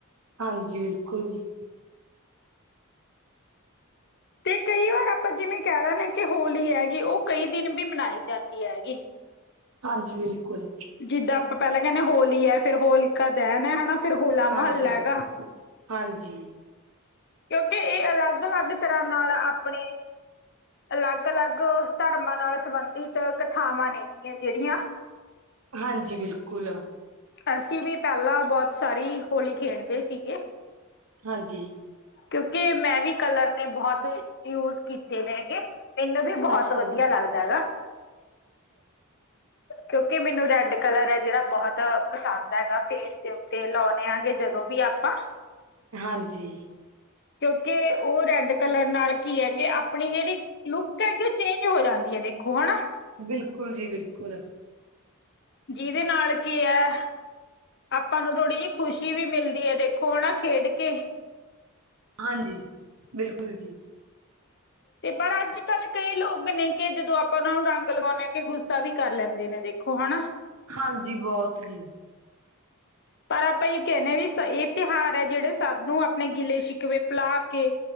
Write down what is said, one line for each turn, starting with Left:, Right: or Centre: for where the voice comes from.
Right: ਹਾਂਜੀ ਬਿਲਕੁਲ ਜੀ।
Left: ਤੇ ਕਈ ਵਾਰ ਆਪਾਂ ਜਿਵੇਂ ਕਹਿ ਦੇਦੇਂ ਹ ਕਿ ਹੋਲੀ ਹੈਗੀ ਉਹ ਕਈ ਦਿਨ ਵੀ ਮਨਾਈ ਜਾਂਦੀ ਹੈਗੀ।
Right: ਹਾਂਜੀ ਬਿਲਕੁਲ
Left: ਜਿੱਦਾਂ ਆਪਾਂ ਪਹਿਲਾਂ ਕਹਿੰਦੇ ਹੋਲੀ ਹੈ ਫਿਰ ਹੋਲੀਕਾ ਦਹਿਨ ਹੈ ਹਨਾ ਫਿਰ ਹੋਲਾ ਮਹੱਲਾ
Right: ਹਾਂਜੀ
Left: ਹੈਗਾ।
Right: ਹਾਂਜੀ
Left: ਕਿਉਂਕਿ ਇਹ ਅਲੱਗ-ਅਲੱਗ ਤਰ੍ਹਾਂ ਨਾਲ ਆਪਣੇ ਅਲੱਗ-ਅਲੱਗ ਧਰਮ ਨਾਲ ਸੰਬੰਧਿਤ ਕਥਾਵਾਂ ਨੇ ਜਿਹੜੀਆਂ
Right: ਹਾਂਜੀ ਬਿਲਕੁਲ
Left: ਅਸੀਂ ਵੀ ਪਹਿਲਾਂ ਬਹੁਤ ਸਾਰੀ ਹੋਲੀ ਖੇਡਦੇ ਸੀਗੇ।
Right: ਹਾਂਜੀ।
Left: ਕਿਉਂਕਿ ਮੈਂ ਵੀ ਕਲਰ ਨੇ ਬਹੁਤ ਯੂਜ ਕੀਤੇ ਨੇ ਹੈਗੇ। ਮੈਨੂੰ ਵੀ ਬਹੁਤ
Right: ਅੱਛਾ
Left: ਵਧੀਆ
Right: ਜੀ
Left: ਲੱਗਦਾ ਹੈਗਾ।
Right: ।
Left: ਕਿਉਂਕਿ ਮੈਨੂੰ ਰੈਡ ਕਲਰ ਹੈ ਜਿਹੜਾ ਬਹੁਤ ਪਸੰਦ ਹੈਗਾ। ਫੇਸ ਦੇ ਉੱਤੇ ਲਾਉਂਣੇ ਆ ਗ ਜਦੋਂ ਵੀ ਆਪਾਂ।
Right: ਹਾਂਜੀ।
Left: ਕਿਉਂਕਿ। ਉਹ ਰੈਡ ਕਲਰ ਨਾਲ ਕੀ ਹੈਗੇ। ਆਪਣੀ ਜਿਹੜੀ ਲੁੱਕ ਹੈਗੀ। ਉਹ ਚੇਂਜ ਹੋ ਜਾਂਦੀ ਹੈ ਦੇਖੋ ਹਨਾ।
Right: ਬਿਲਕੁਲ ਜੀ ਬਿਲਕੁਲ।
Left: ਜਿਹਦੇ ਨਾਲ ਕੀ ਹੈ। ਆਪਾਂ ਨੂੰ ਥੋੜ੍ਹੀ ਜਿਹੀ ਖੁਸ਼ੀ ਵੀ ਮਿਲਦੀ ਹੈ। ਦੇਖੋ ਹਨ ਨਾ ਖੇਡ ਕੇ।
Right: ਹਾਂਜੀ ਬਿਲਕੁਲ ਜੀ।
Left: ਤੇ ਪਰ ਅੱਜ ਕੱਲ ਕਈ ਲੋਕ ਨੇ। ਕਿ ਜਦੋਂ ਆਪਾਂ ਉਹਨਾਂ ਨੂੰ ਰੰਗ ਲਗਾਉਂਦੇ ਹਾਂ। ਕਿ ਗੁੱਸਾ ਵੀ ਕਰ ਲੈਂਦੇ। ਨੇ ਜੇ ਕਣ।
Right: ਹਾਂਜੀ ਬਹੁਤ ਹੀ।
Left: ਪਰ ਆਪਾਂ ਇਹ ਕਹਿੰਦੇ ਹਾਂ ਵੀ। ਇਹ ਤਿਉਹਾਰ ਹੈ ਜਿਹੜੇ ਸਭ ਨੂੰ ਆਪਣੇ ਗਿੱਲੇ ਕਵੇ ਪਿਲਾ ਕੇ।